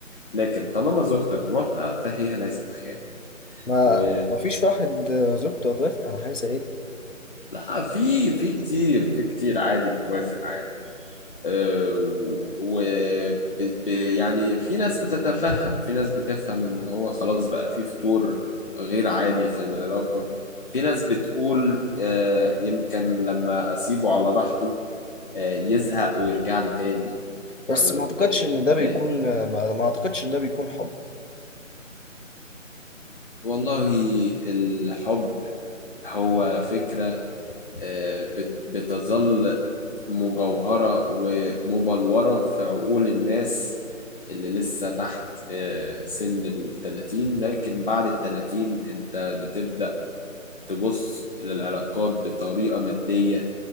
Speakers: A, on the left; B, on the left.
A: لكن طالما زوجتك موافقة فهي ليست خيانة
B: ما
A: و
B: ما فيش واحد آه، زوجته هتوافق على حاجة زي دي
A: لا في في كتير في كتير عادي بتوافق عادي آه، و ب- ب- يعني في ناس بتتفهم في ناس بتفهم ان هو خلاص بقى في فتور غير عادي في العلاقة في ناس بتقول آه، يمكن لما اسيبه على راحته آه، يزهق ويرجع لي تاني
B: بس
A: او
B: ما اعتقدش
A: آه،
B: ان ده
A: ده-
B: بيكون آه، ما, ما اعتقدش ان ده بيكون حب
A: والله الحب هو فكرة آه، بت- بتظل مجوهرة ومبلورة في عقول الناس اللي لسه تحت آه، سن التلاتين لكن بعد التلاتين انت بتبدأ تبص للعلاقات بطريقة مادية